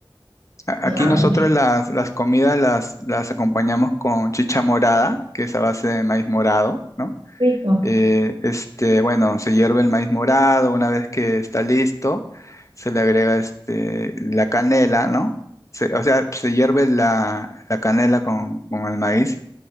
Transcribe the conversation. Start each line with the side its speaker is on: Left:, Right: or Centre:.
Left: A-
Right: Eh,
Left: Aquí
Right: Ah,
Left: nosotros las, las comidas las, las acompañamos con chicha morada, que es a base de maíz morado, ¿no?
Right: rico.
Left: Eh, este, bueno, se hierve el maíz morado, una vez que está listo, se le agrega este, la canela, ¿no? Se- o sea, se hierve la, la canela con, con el maíz